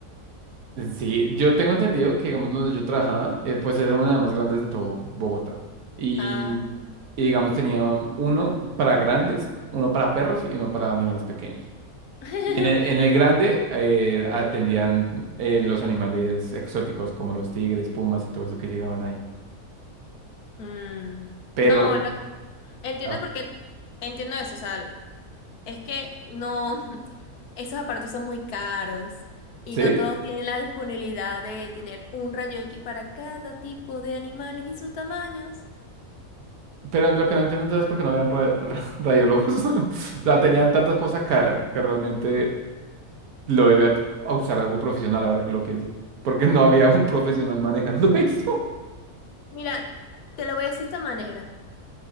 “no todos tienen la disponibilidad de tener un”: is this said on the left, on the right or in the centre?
Left